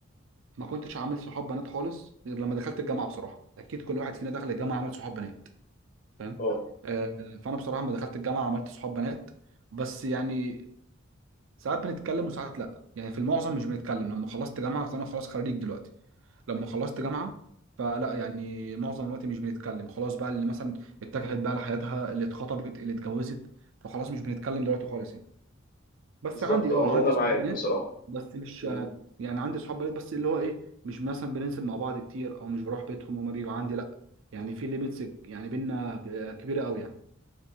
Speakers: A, on the right; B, on the left.
A: ما كنتش عامل صحاب بنات خالص غير لما دخلت الجامعه بصراحه اكيد كل واحد فينا دخل الجامعه عمل صحاب بنات فاهم
B: اه
A: آه، فانا بصراحه لما دخلت الجامعه عملت صحاب بنات بس يعني ساعات بنتكلم وساعات لا يعني في المعظم مش بنتكلم لما خلصت جامعه فانا خلاص خريج دلوقتي لما خلصت
B: اه.
A: جامعه فلا يعني معظم الوقت مش بنتكلم خلاص بقى اللي مثلا اتجهت بقى لحياتها اللي اتخطبت اللي اتجوزت فخلاص مش بنتكلم دلوقتي خالص يعني بس
B: بالظبط
A: عندي
B: اه،
A: اه
B: انا
A: عندي
B: انا معاك
A: صحاب بنات
B: بصراحه
A: بس مش
B: مم.
A: يعني عندي صحاب بنات بس اللي هو ايه مش مثلا بننزل مع بعض كتير او مش بروح بيتهم هما بيجوا عندي لا يعني في ليميتس يعني بينا كبيره قوي يعني